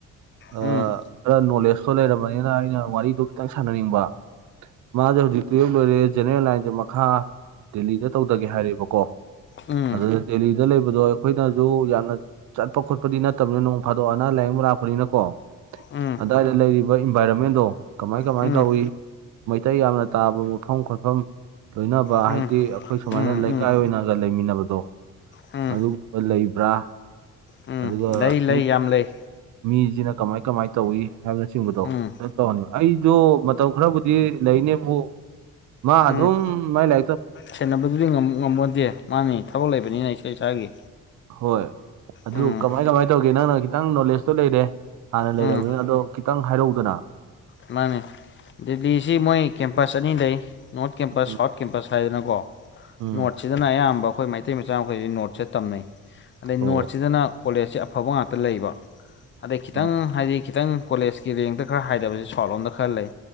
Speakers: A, on the right (about 75°); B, on the left (about 40°).
A: ꯈꯔ
B: ꯎꯝ
A: ꯅꯣꯂꯦꯖꯇꯣ ꯂꯩꯔꯔꯕꯅꯤꯅ ꯑꯩꯅ ꯋꯥꯔꯤꯗꯣ ꯈꯤꯇꯪ ꯁꯥꯟꯅꯅꯤꯡꯕ ꯃꯥꯁꯦ ꯍꯧꯖꯤꯛ ꯇꯨꯌꯦꯜꯕ ꯂꯣꯏꯔꯦ ꯖꯦꯅꯦꯔꯦꯜ ꯂꯥꯏꯟꯁꯦ ꯃꯈꯥ ꯗꯦꯜꯂꯤꯗ ꯇꯧꯗꯒꯦ ꯍꯥꯏꯔꯦꯕꯀꯣ
B: ꯎꯝ
A: ꯑꯗ ꯗꯦꯂꯤꯗ ꯂꯩꯕꯗꯣ ꯑꯩꯈꯣꯏꯅꯁꯨ ꯌꯥꯝꯅ ꯆꯠꯄ ꯈꯣꯠꯄꯗꯤ ꯅꯠꯇꯕꯅꯤ ꯅꯣꯡ ꯐꯥꯗꯣꯛ ꯑꯅꯥ ꯂꯥꯏꯌꯦꯡꯕ ꯂꯥꯛꯄ ꯅꯤꯅꯀꯣ
B: ꯎꯝ
A: ꯑꯗꯨꯏꯗ ꯂꯩꯔꯤꯕ ꯏꯟꯚꯥꯏꯔꯣꯟꯃꯦꯟꯗꯣ ꯀꯃꯥꯏ ꯀꯃꯥꯏ
B: ꯎꯝ ꯎꯝ
A: ꯇꯧꯋꯤ ꯃꯩꯇꯩ ꯌꯥꯝꯅ ꯇꯥꯕ ꯃꯐꯝ ꯈꯣꯠꯐꯝ ꯂꯣꯏꯅꯕ
B: ꯎꯝ
A: ꯍꯥꯏꯗꯤ ꯑꯩꯈꯣꯏ ꯁꯨꯃꯥꯏꯅ
B: ꯎꯝ
A: ꯂꯩꯀꯥꯏ
B: ꯎꯝ
A: ꯑꯣꯏꯅꯒ ꯂꯩꯃꯤꯟꯅꯕꯗꯣ
B: ꯎꯝ
A: ꯑꯗꯨꯒꯨꯝꯕ ꯂꯩꯕ꯭ꯔꯥ
B: ꯎꯝ
A: ꯑꯗꯨꯒ
B: ꯂꯩ ꯂꯩ
A: ꯃꯤ
B: ꯌꯥꯝ ꯂꯩ
A: ꯃꯤꯁꯤꯅ ꯀꯃꯥꯏ ꯀꯃꯥꯏꯅ ꯇꯧꯏꯤ ꯍꯥꯏꯕꯅ ꯆꯤꯡꯕꯗꯣ
B: ꯎꯝ
A: ꯇꯧꯅꯤ ꯑꯩꯁꯨꯣ ꯃꯇꯝ ꯈꯔꯕꯨꯗꯤ ꯂꯩꯅꯦꯕꯨ ꯃꯥ
B: ꯎꯝ
A: ꯑꯗꯨ ꯃ ꯂ
B: ꯁꯦꯟꯅꯕꯗꯨꯗꯤ ꯉꯝꯃꯣꯟꯠꯇꯦ ꯃꯥꯅꯤ ꯊꯕꯛ ꯂꯩꯕꯅꯤꯅ ꯏꯁ ꯏꯁꯥꯒꯤ
A: ꯍꯣꯏ ꯑꯗꯨ
B: ꯎꯝ
A: ꯀꯃꯥꯏ ꯀꯃꯥꯏꯅ ꯇꯧꯒꯦ ꯅꯪꯅ ꯈꯤꯇꯪ ꯅꯣꯂꯦꯖꯇꯣ ꯂꯩꯔꯦ ꯍꯥꯟꯅ
B: ꯎꯝ
A: ꯂꯩꯔꯕꯅꯤꯅ ꯑꯗꯣ ꯈꯤꯇꯪ ꯍꯥꯏꯔꯧꯗꯅ
B: ꯃꯥꯅꯦ ꯗꯦꯜꯂꯤꯁꯤ ꯃꯣꯏ ꯀꯦꯝꯄꯁ ꯑꯅꯤ ꯂꯩ ꯅꯣꯔꯠ ꯀꯦꯝꯄꯁ
A: ꯎꯝ
B: ꯁꯥꯎꯠ ꯀꯦꯝꯄꯁ ꯊꯗꯅꯀꯣ
A: ꯎꯝ
B: ꯅꯣꯔꯠꯁꯤꯗꯅ ꯑꯌꯥꯝꯕ ꯑꯩꯈꯣꯏ ꯃꯩꯇꯩ ꯃꯆꯥ ꯃꯈꯩꯁꯤ ꯅꯣꯔꯠꯁꯦ ꯇꯝꯅꯩ ꯑꯗꯩ
A: ꯑꯣ
B: ꯅꯣꯔꯠꯁꯤꯗꯅ ꯀꯣꯂꯦꯖꯁꯤ ꯑꯐꯕ ꯉꯥꯛꯇ ꯂꯩꯕ ꯑꯗꯩ ꯈꯤꯇꯪ
A: ꯑꯣ
B: ꯍꯥꯏꯗꯤ ꯈꯤꯇꯪ ꯀꯣꯂꯦꯖꯀꯤ ꯔꯦꯡꯗ ꯈꯔ ꯍꯥꯏꯗꯕꯁꯦ ꯁꯥꯎꯠ ꯂꯣꯝꯗ ꯈꯔ ꯂꯩ